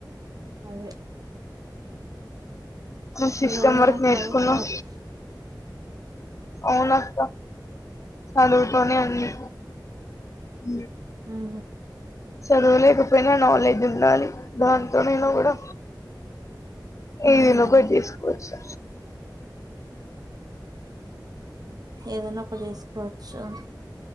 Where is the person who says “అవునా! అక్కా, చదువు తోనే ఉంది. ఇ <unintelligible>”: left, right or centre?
Left